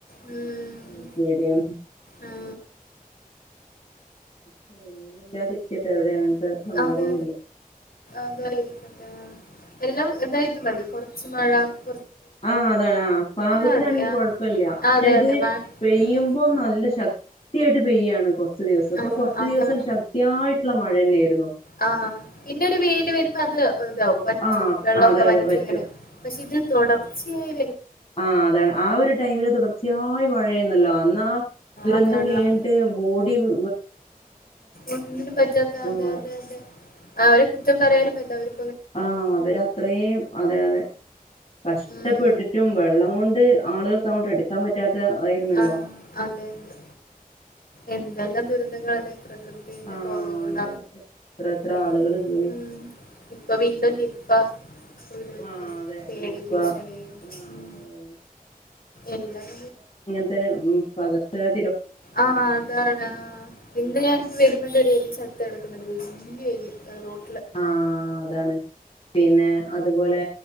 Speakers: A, on the left; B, on the left.
A: ഉം
B: എന്നുള്ളൊരു പേടിയാണ്
A: ആ
B: ശരി ഒന്നുല്ലാതിരിക്കട്ടെ എവിടെയാണെലും <unintelligible> സംഭവം
A: അതെ അതായിരിക്കട്ടെ എല്ലാം ഇതായിരിക്കും മതി കൊറച്ച് <unintelligible>
B: ആ അതാണ് ആ പാകത്തിനാണെങ്കി
A: മതി ആ
B: കൊഴപ്പല്ല്യ
A: ആ,
B: പക്ഷെ
A: അതെ
B: ഇത്
A: അതെ മ
B: പെയ്യുമ്പോ
A: ഉം
B: നല്ല ശക് ത്തിയായിട്ട് പെയ്യുവാ ഇപ്പൊ കൊറച്ചു ദിവസം ഇപ്പൊകൊറച്ച്
A: ആ അതാണ്
B: ദിവസം ശക്തിയായി നല്ല മഴന്നെയായിരുന്നു
A: ആ പിന്നെ ഒരു വെയില് വരുമ്പോ അത് ഇതാവും വറ്റും
B: ആഹ്
A: വെള്ളൊക്കെ
B: അതെ അതെ
A: വറ്റിങ്ങനെ
B: പറ്റും
A: പക്ഷെ ഇത് തുടർ ച്ചയായി
B: ആ അതാണ് ആ ഒരു ടൈമില് തുടർച്ചയായി മഴയായിര്ന്നല്ലോ അന്ന് ആ ദുരന്തം
A: അതാണ്
B: കഴിഞ്ഞിട്ട്
A: ആ
B: ബോഡിവേ
A: ഒന്നിനും പറ്റാത്ത അതെ
B: മഴ
A: അതെ അതെ അവരെ കുറ്റം പറയാനും പറ്റില്ല അവര്
B: ആ അവരത്രേം അതെ അതെ കഷ്ടപ്പെട്ടിട്ടും
A: ഉം
B: വെള്ളം കൊണ്ട് ആളുകൾ കൊണ്ട് അടുക്കാൻ പറ്റാ താ യിരുന്നല്ലോ
A: ആ അതെ അതെ എന്തെല്ലാം ദുരന്തങ്ങളാല്ലേ? പ്രകൃതിന്റെ
B: ആഹ്
A: കൊറോണ
B: അതെ എത്ര എത്ര
A: ആ
B: ആളുകള് പോയി
A: ഉം ഇപ്പൊ വീണ്ടും നിപ്പ <inaudible>
B: ആഹ് അതെ
A: പേടി
B: നിപ്പ
A: ഭീഷണി
B: ആഹ്
A: ഉം
B: ഓരോന്ന്
A: എല്ലാം
B: <unintelligible> പകർച്ച വ്യാ
A: ആ അതാണ് ആ ഇന്ന് ഞാനിപ്പോ വരുമ്പ <unintelligible> <unintelligible> വലിയ വല റോട്ട് <unintelligible>
B: ആ അതാണ് പിന്നെ അതുപോലെ